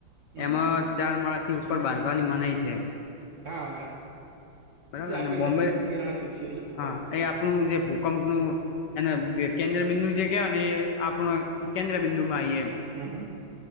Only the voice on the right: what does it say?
હમ
હમ
હા
આપડે
નજીક જણાતું છે એટલે ભૂકંપ
કેન્દ્ર
હમ હમ